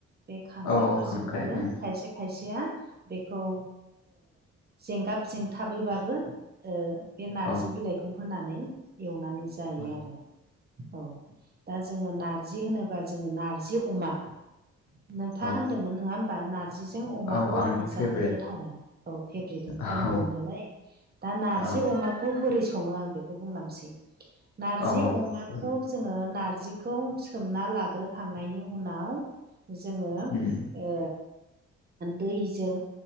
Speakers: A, on the right (about 30°); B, on the left (about 80°).
A: बे खांख्राइफोरजोंबो
B: औ खांख्राइ उम
A: खायसे खायसेया बेखौ जेंगाब जेंथाबैबाबो ओ बे नारजि
B: औ
A: बिलाइखौ होनानै एवनानै जायो
B: औ
A: आरो औ दा जोङो नारजि होनोबा जोङो नारजि अमा नोंथाङा
B: औ
A: होनदोंमोन नङा होमबा नार जिजों अमाखौ
B: औ आंनि
A: आङो जानो
B: फेभरेट
A: गोथाव मोनो औ फेब्रिट ओंख्रि
B: औ
A: होनदोंमोन नालाय दा नारजि
B: औ
A: अमाखौ बोरै सङो आं बेखौ बुंलांसै नारजि
B: औ
A: अमाखौ
B: उम
A: जोङो नारजिखौ सोमना लाग्रोखांनायनि उनाव जोङो
B: उम
A: ओ दैजों